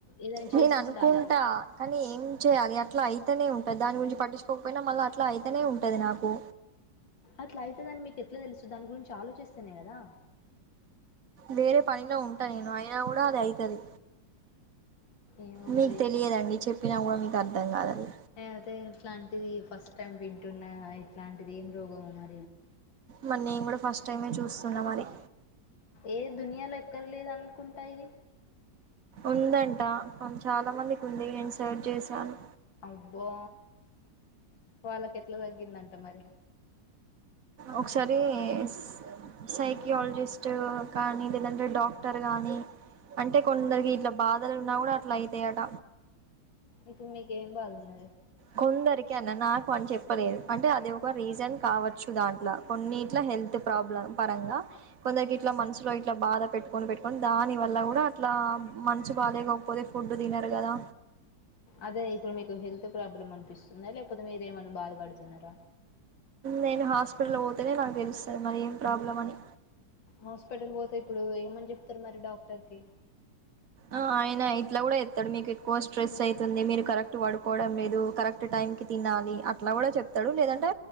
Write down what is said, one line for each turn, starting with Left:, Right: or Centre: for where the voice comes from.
Left: ఏదైనా
Right: నేను
Left: చేస్తూ
Right: అనుకుంటా
Left: ఉండాలి.
Right: కానీ ఏం చేయాలి అట్లా అయితేనే ఉంటది దాని గురించి పట్టించుకోకపోయినా మళ్ళీ అట్లా అయితనే ఉంటది నాకు
Left: అట్లా అయితదని మీకు ఎట్లా తెలుసు దాని గురించి ఆలోచిస్తేనే కదా
Right: వేరే పనిలో ఉంటా నేను అయినా కూడా అది అయితది
Left: ఏమో
Right: మీకు
Left: మరి
Right: తెలియదండి చెప్పినా కూడా మీకు అర్థం కాదది
Left: నేనయితే ఇట్లాంటిది ఫస్ట్ టైమ్ వింటున్న ఇట్లాంటిది ఏం రోగం అమా
Right: మరి నేను కూడా ఫస్ట్ టైమే చూస్తున్నా మరి
Left: ఏ దునియాలో ఎక్కడ లేదు అనుకుంటా ఇది
Right: ఉందంట కానీ చాలా మందికి ఉంది నేను సర్వ్ చేశాను
Left: అబ్బా వాళ్ళకి ఎట్లా తగ్గిందంట మరి
Right: ఒకసారి స్ సైకియాలజిస్ట్ కానీ లేదంటే డాక్టర్ గానీ అంటే కొందరికి ఇట్లా బాధలు ఉన్నా కూడా అట్లా అయితాయట
Left: ఇప్పుడు నీకేం కావాలి మరి
Right: కొందరికి అన్న నాకు అని చెప్పలేదు అంటే అది ఎక్కువ రీజన్ కావచ్చు దాంట్లో కొన్నిట్లో హెల్త్ ప్రాబ్లమ్ పరంగా కొందరికి ఇట్లా మనసులో ఇట్లా బాధ పెట్టుకొని, పెట్టుకొని దాని వల్ల కూడా ఇట్లా మనసు బాగా లేకపోతే ఫుడ్ తినరు కదా?
Left: అదే ఇప్పుడు మీకు హెల్త్ ప్రాబ్లమ్ అనిపిస్తుందా? లేకపోతే మీరు ఏమన్నా బాధపడుతున్నారా?
Right: నేను హాస్పిటల్ పోతేనే నాకు తెలుస్తాది మరి ఏం ప్రాబ్లం అని
Left: హాస్పిటల్ పోతే ఇప్పుడు ఏమని చెప్తారు మరి డాక్టర్ కి
Right: ఆ అయినా ఇట్లా కూడా చెప్తారు. మీకు ఎక్కువ స్ట్రెస్ అవుతుంది. మీరు కరెక్ట్ పడుకోవడం లేదు. కరెక్ట్ టైం కి తినాలి అట్లా కూడా చెప్తారు. చెప్తాడు లేదంటే